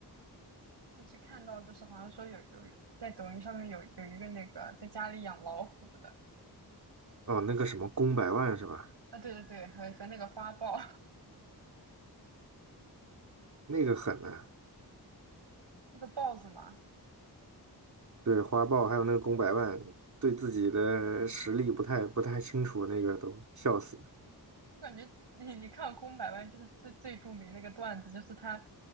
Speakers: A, on the right (about 85°); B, on the right (about 45°).
A: 我只看到就是好像说有有在抖音上面有有一个那个在家里养老虎的
B: 哦，那个什么公百万是吧？
A: 啊，对对对，和和那个花豹。
B: 那个狠啊！
A: 那个豹子嘛，
B: 对，花豹还有那个公百万，对自己的实力不太不太清楚，那个都笑死。
A: 我感觉你你看《空百万》就是最最著名那个段子，就是他